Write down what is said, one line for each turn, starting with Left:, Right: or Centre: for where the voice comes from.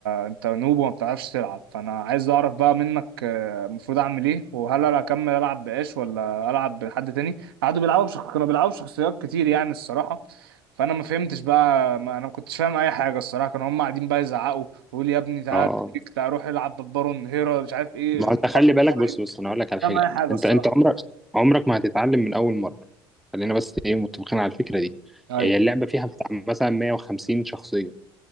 Right: انت نوب وما بتعرفش تلعب فانا عايز اعرف بقى منك آه، المفروض اعمل ايه وهل انا اكمل العب باش ولا العب بحد تاني قعدوا بيلعبوا بشخ... كانوا بيلعبوا بشخصيات كتير يعني الصراحه فانا ما فهمتش بقى ما انا ما كنتش فاهم اي حاجه الصراحه كانوا هم قاعدين بقى يزعقوا ويقولوا لي يا ابني تعالى
Centre: اه
Right: تريك، تعالى روح العب بالبارون هيرا مش عارف ايه
Centre: ما
Right: الأرن
Centre: انت خلي بالك
Right: كويس
Centre: بص بص
Right: مش
Centre: انا اقول لك على
Right: فاهم
Centre: حاجه
Right: اي حاجه
Centre: انت
Right: الصراحه
Centre: انت عمرك عمرك ما هتتعلم من اول مره خلينا بس ايه متفقين على الفكره دي
Right: ايوه
Centre: هي اللعبه فيها بتاع مثلا 150 شخصيه